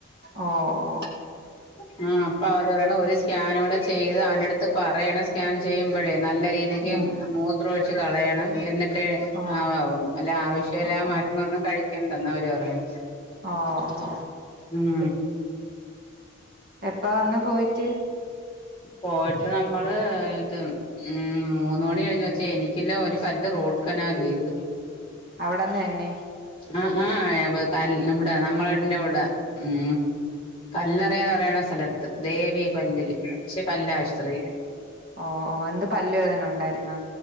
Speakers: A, on the right (about 55°); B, on the left (about 25°).
A: ഓഹ് ഓഹ്
B: <inaudible> ആഹ് അപ്പൊ അവര് പറയണം ഒരു സ്കാൻ കൂടെ ചെയ്ത് അവന്റെ അടുത്ത് പറയണം സ്കാൻ ചെയ്യുമ്പോഴേ നല്ല രീതിക്ക്
A: ഉം ഉം
B: മൂത്ര ഒഴിച്ച് കളയണം എന്നിട്ട് ട്ട്
A: ആഹ്
B: ആവാവുന്നു അല്ല ആവശ്യമില്ല
A: ആഹ്
B: മരുന്നൊന്നും കഴിക്കണ്ടന്ന് അവര് പറയാണ്
A: ഓ ഓ ഓ
B: ഉം
A: എപ്പ വന്ന് പോയിട്ട്
B: പോയിട്ട് നമ്മള് ഇത് ഉം മൂന്ന് മണി കഴിഞ്ഞ ച്ചേ എനിക്കില്ല ഒരു പല്ല് റൂഡ് കനാൽ ചെയ്ത്.
A: അവിടന്ന് തന്നെ
B: ആഹ് ആഹ് ക ഇവിടെ നമ്മളന്റെ ഇവിടെ ഉം കല്ലറ എന്ന് പറയണ സ്ഥലത്ത് ദേവി പല്ലില് യക്ഷി പല്ല അശ്രീയ
A: ഓ ഓ എന്ത് പല്ലുവേദന ഉണ്ടായിരുന്ന?